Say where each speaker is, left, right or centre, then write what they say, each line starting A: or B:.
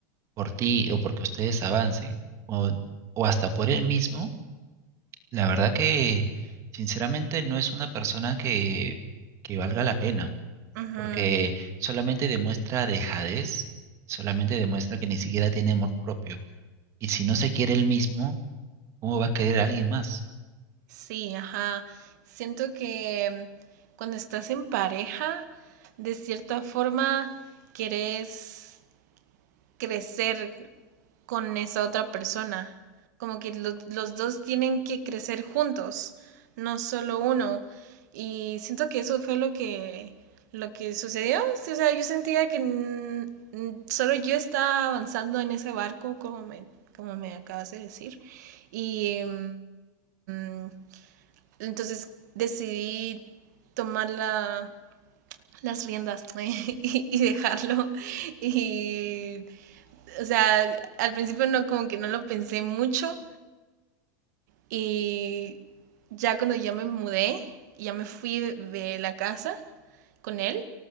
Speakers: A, on the right; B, on the right.
A: por ti o porque ustedes avancen, o, o hasta por él mismo, la verdad que sinceramente no es una persona que, que valga la pena
B: ujú,
A: porque solamente demuestra dejadez, solamente demuestra que ni siquiera tiene amor propio. Y si no se quiere él mismo, ¿cómo va a querer a alguien más?
B: sí, ajá. Siento que mm, cuando estás en pareja, de cierta forma, querés crecer con esa otra persona. Como que lo- los dos tienen que crecer juntos, no solo uno. Y siento que eso fue lo que, lo que sucedió. Sí, O sea, yo sentía que mm, mm, solo yo estaba avanzando en ese barco, como me, como me acabas de decir. Y mm, entonces decidí tomar la- las riendas <laughs> ¿eh? y, y dejarlo. Y o sea, al principio no, como que no lo pensé mucho y ya cuando ya me mudé, ya me fui de, la casa con él,